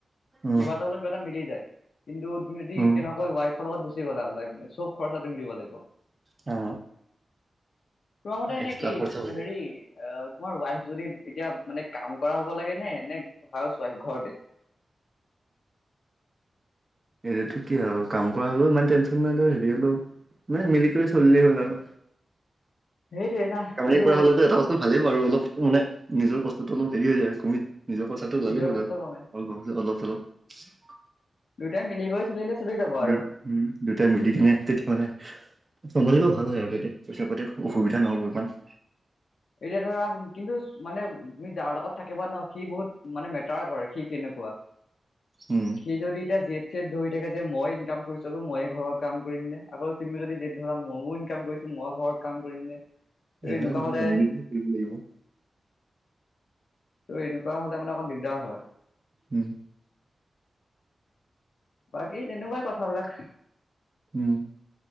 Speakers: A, on the right; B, on the left.
A: উম
B: কিবা এটা হ'লেও কিবা এটা মিলি যায়। কিন্তু তুমি যদি
A: উম
B: কেনেবাকৈ ৱাইফৰ লগত গুচি গ'লা, চব খৰচা তুমি দিব লাগিব।
A: অ
B: তোমাৰ মতে মানে
A: এক্সট্ৰা
B: কি
A: খৰচা হৈ যায়
B: হেৰি অ তোমাৰ ৱাইফজনী এতিয়া মানে কাম কৰা হ'ব লাগে নে? নে হাউচ ৱাইফ ঘৰতে?
A: <unintelligible> কি আৰু কাম কৰা হ'লেও ইমান টেনশ্যন নাই ধৰ হেৰি হলেওঁ মানে মিলি কৰি চলিলেই হ'ল আৰু।
B: সেইটোৱে না
A: কামানি
B: কিন্তু
A: কৰা হ'লেতো এটাও ভালেই বাৰু অলপ মানে নিজৰ কষ্টটো অলপ হেৰি হৈ যায় আৰু কমি নিজৰ খৰচতো ওলালেই
B: নিজৰ
A: হ'ল
B: কষ্ট
A: আৰু
B: কমে।
A: অলপ-চলপ।
B: দুয়টাই মিলি গৈ চলিলে চলি যাব
A: দু
B: আৰু।
A: উম দুটাই মিলি কিনে তেতিয়া মানে চম্ভালিব ভাল হয় আৰু তেতিয়া, পইচা পাতি অসুবিধা নহ'ব ইমান।
B: এতিয়া ধৰা কিন্তু মানে তুমি যাৰ লগত থাকিবা ন, সি বহুত মানে মেটাৰ কৰে সি কেনেকুৱা?
A: উম।
B: সি যদি এতিয়া জেদ-চেট ধৰি থাকে যে মই ইনকাম কৰিছো ময়েই ঘৰৰ কাম কৰিম নে আকৌ তুমি যদি যেদ ধৰা, ময়ো ইনকাম কৰিছো মই ঘৰত কাম কৰিম নে? ত'
A: এইবিলাক
B: এনেকুৱা
A: নহ'ব,
B: হলে
A: মিলি-জুলি কৰিব লাগিব।
B: ত' এনেকুৱা হ'লে মানে অকণ মান দিগদাৰ হয়।
A: উম।
B: বাকী তেনেকুৱাই কথাবিলাক
A: উম,